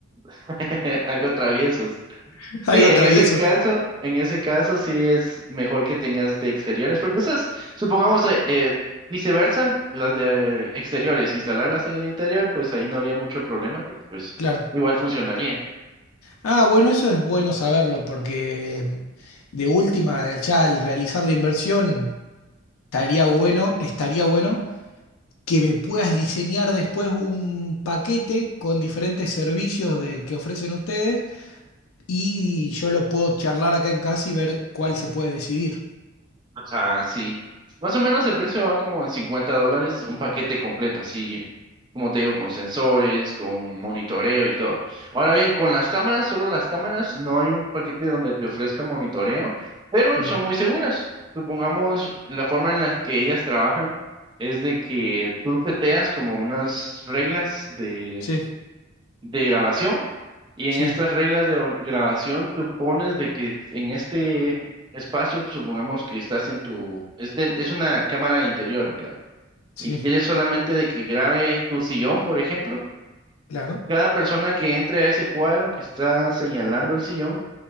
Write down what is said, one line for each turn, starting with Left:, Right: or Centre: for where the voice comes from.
Right: <laughs> algo traviesos.
Left: <laughs> algo
Right: Sí, en
Left: traviesos,
Right: ese caso, en ese caso sí es mejor que tengas de exteriores, porque esas, supongamos, eh, eh, viceversa, las de exteriores, instalarlas en el interior, pues ahí no habría mucho problema, porque pues
Left: claro.
Right: igual funcionaría.
Left: Ah, bueno, eso es bueno saberlo, porque mm, de última, ya al realizar la inversión, estaría bueno, estaría bueno que me puedas diseñar después un paquete con diferentes servicios de, que ofrecen ustedes y yo lo puedo charlar acá en casa y ver cuál se puede decidir.
Right: Ajá, sí. Más o menos el precio va como en 50 dólares, un paquete completo, así como te digo, con sensores, con monitoreo y todo. Ahora bien, con las cámaras, solo las cámaras, no hay un paquete donde te ofrezca monitoreo, pero
Left: Bien,
Right: son muy seguras. Supongamos, la forma en la que ellas trabajan es de que tú seteas como unas reglas de,
Left: sí,
Right: de grabación y en
Left: sí,
Right: estas reglas de or- grabación, tú pones de que en este espacio, supongamos que estás en tu, este, es una cámara interior, ¿verdad?
Left: sí,
Right: Y quieres solamente de que grabe tu sillón, por ejemplo.
Left: claro.
Right: Cada persona que entre a ese cuadro que está señalando el sillón,